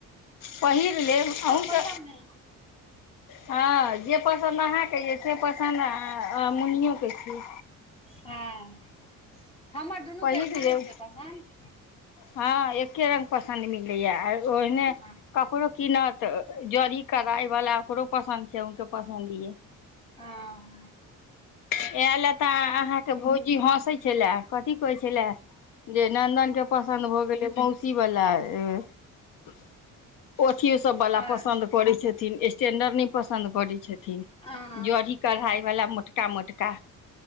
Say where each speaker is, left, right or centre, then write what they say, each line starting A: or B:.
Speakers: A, on the left; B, on the left.
A: पहिर लेब आहूँके
B: पहिरब ने
A: हँ जे पसन्द अहाँके यइ से पसन्द मुनियो के छै
B: हँ हमर दुनू
A: पहिर
B: के मिलै
A: लेब
B: छै पसन्द
A: हँ एक्के रंग पसन्द मिलैय ओहिने
B: हँ
A: कपड़ो कीनत जड़ी कड़ाई वला ओकरो पसन्द छै उनके पसन्द छै
B: आ <inaudible>
A: इहे ले तऽ अहाँके भौजी हँसै छलै कथी कहै छलै जे नन्दन के पसन्द भ गेलै बहूत कि बला ओ अथिये सब
B: हँ
A: वला पसंद करै छथिन स्टेंडर नहि पसन्द करै छथिन
B: हँ
A: जी कढ़ाई वला मोटका मोटका का <unintelligible>